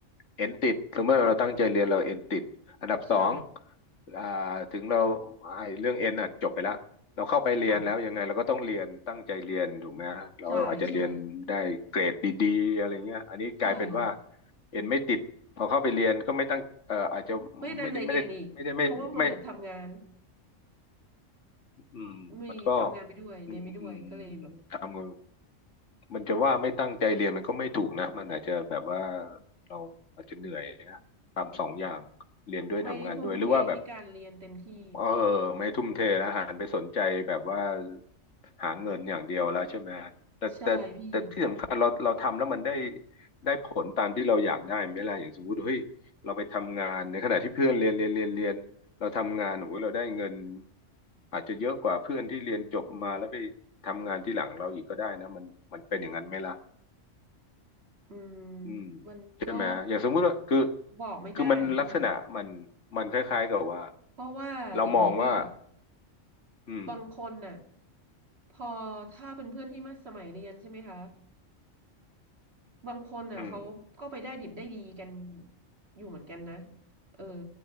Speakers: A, on the left; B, on the right.
A: เอนติดสมมติเราตั้งใจเรียนเราเอนติดอันดับสอง
B: ใช่
A: อ่าถึงเราไอ้เรื่องเอนอ่ะจบไปแล้วเราเข้าไปเรียนแล้วยังไงเราก็ต้องเรียนตั้งใจเรียนถูกไหมเราอาจจะเรียนได้เกรดดีๆอะไรเงี้ยอันนี้กลายเป็นว่า
B: ค่ะใช่ใช่ใช่
A: เอนไม่ติดพอเข้าไปเรียนก็ไม่ตั้งเอ่ออาจจะ
B: ไม่ตั้งใจเรียนอีกเพราะว่าโมเดลทำงาน
A: ไม่ได้ไม่ได้ไม่ได้ไม่ไม่อืมมันก็
B: มีทำงานไปด้วยเรียนไปด้วยก็เลยแบบ
A: อืมทำ มันจะว่าไม่ตั้งใจเรียนมันก็ไม่ถูกนะมันอาจจะแบบว่าเราอาจจะเหนื่อยนะทำสองอย่างเรียนด้วยทำงานด้วยหรือว่าแบบ
B: ไม่ได้ทุ่มเทให้การเรียนเต็มที่
A: เออไม่ทุ่มเทนะหันไปสนใจแบบว่าหาเงินอย่างเดียวแล้วใช่ไหมแต่แต่แต่ที่สำคัญเราเราทำแล้วมันได้
B: ใช่พี่
A: ได้ผลตามที่เราอยากได้ไหมล่ะอย่างสมมติเฮ้ยเราไปทำงานในขณะที่เพื่อนเรียนเรียนเรียนเรียนเราทำงานโอ้โหเราได้เงินอาจจะเยอะกว่าเพื่อนที่เรียนจบมาแล้วไปทำงานที่หลังเราอีกก็ได้นะมันมันเป็นอย่างนั้นไหมล่ะ
B: อืม
A: อืม
B: มันก็
A: ใช่ไหม อย่างสมมุติว่าคือ
B: บอกไม่ได้พี่
A: คือมันลักษณะมันมันคล้ายๆกับว่า
B: เพราะว่าอย่างนี้พี่
A: เรามองว่า อืม
B: บางคนน่ะพอถ้าเป็นเพื่อนที่มาสมัยเรียนใช่ไหมคะบางคนน่ะเขาก็ไปได้ดิบได้ดีกัน
A: อืม
B: อยู่เหมือนกันนะเออ